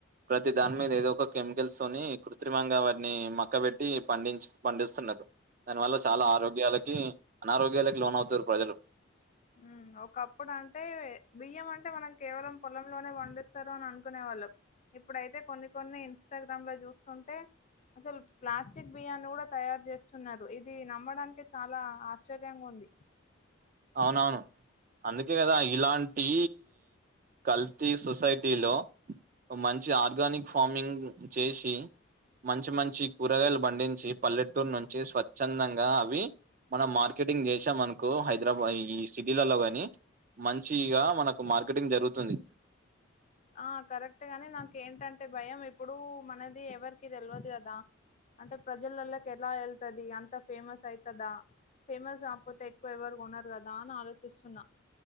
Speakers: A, on the right (about 40°); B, on the left (about 35°).
A: ప్రతి దాని మీద ఏదో ఒక కెమికల్స్ కృత్రిమంగా వాటిని మక్క పెట్టి పండించి పండిస్తున్నారు దాని వల్ల చాలా
B: ఉమ్.
A: ఆరోగ్యాలకి అనారోగ్యాలకి లోన్ అవుతారు ప్రజలు
B: ఉమ్ ఒకప్పుడు అంటే బియ్యం అంటే మనం కేవలం పొలంలోనే పండిస్తారు అని అనుకునే వాళ్ళం ఇప్పుడైతే కొన్ని కొన్ని ఇన్స్టాగ్రామ్ లో చూస్తుంటే అసలు ప్లాస్టిక్ బియ్యాన్ని కూడా తయారు చేస్తున్నారు ఇది నమ్మడానికి చాలా ఆశ్చర్యంగా ఉంది
A: అవునవును అందుకే కదా ఇలాంటి కల్తీ సొసైటీ లో మంచి ఆర్గానిక్ ఫార్మింగ్ చేసి మంచి మంచి కూరగాయలు పండించి పల్లెటూరి నుంచి స్వచ్ఛందంగా అవి మనం మార్కెటింగ్ చేసాం అనుకో సాయంత్రం అయ్యి ఈ సిటీలలో గని మంచిగా మనకు మార్కెటింగ్ జరుగుతుంది
B: ఆ కరెక్ట్ గాని నాకు ఏంటంటే భయం ఎప్పుడు మనది ఎవరికి తెలియదు కదా అంటే ప్రజలలకి ఎలా వెళ్తుది అంత ఫేమస్ అయితదా ఫేమస్ కాకపోతే ఎక్కువ ఎవరు కొన్నారు కదా అని ఆలోచిస్తున్నా